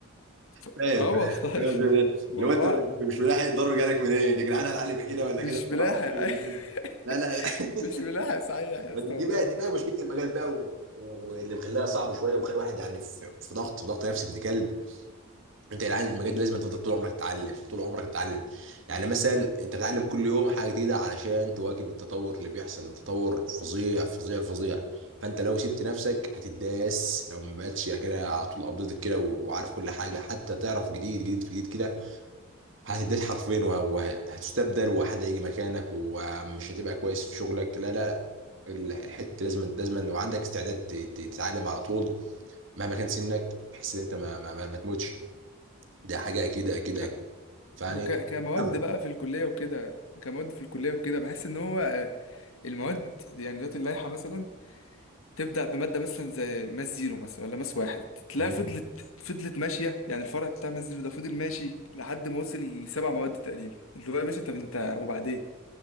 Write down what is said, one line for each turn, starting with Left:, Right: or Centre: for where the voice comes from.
Left: ف...
Right: فاهم
Left: اه
Right: فاهم
Left: والله <laughs>
Right: فاهم ده-
Left: الموضوع
Right: اللي هو انت مش مش ملاحق الضرب جالك منين يا جدعان هتعلم كده ولا
Left: مش
Right: كده
Left: ملاحق
Right: ولا راح- لا
Left: <laughs>
Right: لا لا <laughs>
Left: مش ملاحق صحيح يا اسطى
Right: دي
Left: والله
Right: بقى دي بقى مشكله المجال بقى و- و- واللي مخليها صعب شويه ومخلي الواحد يعني في في ضغط في ضغط نفسي ابن كلب انت يا جدعان المجال ده لازم تفضل طول عمرك تتعلم طول عمرك تتعلم يعني مثلا انت بتتعلم كل يوم حاجه جديده علشان تواكب التطور اللي بيحصل التطور فظيع فظيع فظيع فانت لو سبت نفسك هتداس لو ما بقتش كده على طول ابديت كده وعارف كل حاجه حتى تعرف جديد جديد في جديد كده هتديه حرفين وه- وهتستبدل وحد هيجي مكانك ومش هتبقى كويس في شغلك لا لا لا ال- الحته لازم لازم لو عندك استعداد ت- ت- تتعلم على طول مهما كان سنك بحيث ان انت ما, ما, ما, ما تموتش ده حاجه اكيد اكيد
Left: ك-
Right: اكيد فيعني
Left: وك... كمواد
Right: حاول
Left: بقى في الكليه وكده كمواد في الكليه وكده بحس ان هو آه، المواد دي- يعني دلوقتي اللائحه مثلا تبدأ بمادة مثلا زي ماس زيرو مثلا ولا ماس واحد تلاقي
Right: مم.
Left: فضلت فضلت ماشية يعني الفرع بتاع ماس زيرو ده فضل ماشي لحد ما وصل لسبع مواد تقريبا اللي هو يا باشا طب انت وبعدين